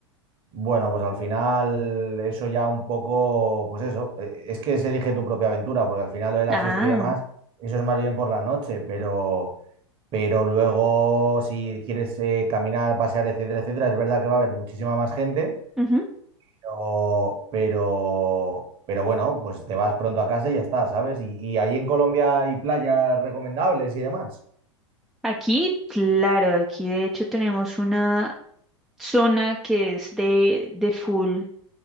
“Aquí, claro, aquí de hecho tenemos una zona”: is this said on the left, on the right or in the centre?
Centre